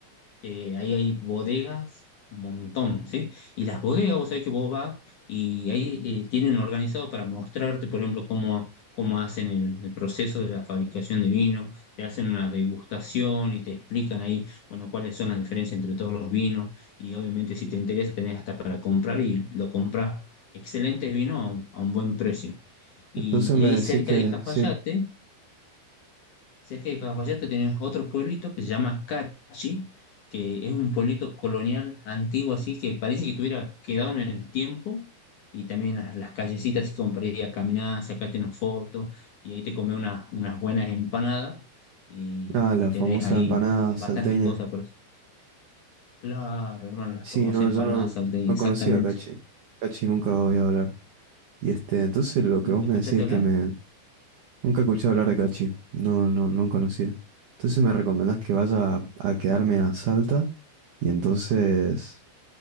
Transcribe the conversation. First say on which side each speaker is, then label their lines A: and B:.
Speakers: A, on the left; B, on the right.
A: eh, ahí hay bodegas, un montón, ¿sí? Y las bodegas, vos sabés que vos vas y ahí eh, tienen organizado para mostrarte, por ejemplo, cómo, cómo hacen el, el proceso de la fabricación de vino, te hacen una degustación y te explican ahí, bueno, cuáles son las diferencias entre todos los vinos y obviamente si te interesa tenés hasta para comprar y lo compras. Excelente vino a un, a un buen precio. Y,
B: Entonces
A: y
B: me
A: ahí
B: decís
A: cerca
B: que
A: de Cafayate
B: sí.
A: Cerca de Cafayate tenés otro pueblito que se llama Cachi, que es un pueblito colonial antiguo, así que parece que tuviera quedado en el tiempo. Y también las, las callecitas, así como para ir a caminar, sacarte unas fotos, y ahí te comes unas, unas buenas empanadas. Y,
B: Ah, la
A: y tenés
B: famosa
A: ahí
B: empanada
A: bastantes
B: salteña.
A: cosas por eso. Claro, hermano, las
B: Sí,
A: famosas
B: no,
A: empanadas
B: yo no,
A: salteñas,
B: no conocía
A: exactamente.
B: a Cachi. Cachi nunca voy a hablar. Y este, entonces lo que
A: ¿Nunca
B: vos me
A: escuchaste
B: decís es
A: hablar?
B: que me... Nunca escuché hablar de Cachi. No, no, no conocía. Entonces me recomendás que vaya
A: Bueno,
B: a, a quedarme a Salta y entonces,